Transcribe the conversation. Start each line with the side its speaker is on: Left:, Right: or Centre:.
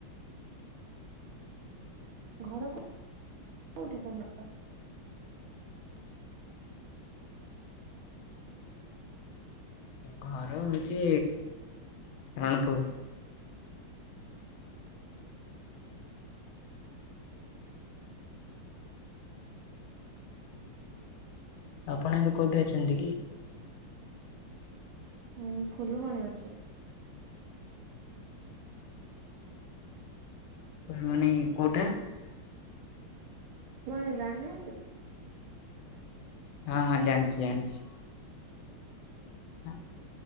Right: ଘର କୋ କୋଉଠି ତମର?
Left: ଘର ହୋଉଚି ରଣପୁର। ଆପଣ ଏବେ କୋଉଠି ଅଛନ୍ତି କି?
Right: ହୁଁ ଫୁଲବାଣୀ ଅଛି।
Left: ଫୁଲବାଣୀ କୋଉଟା?
Right: ବାଣୀ ଜାଣି ନାହାଁନ୍ତି?
Left: ହଁ ହଁ ଜାଣିଚି ଜାଣିଚି। ହଁ ‌।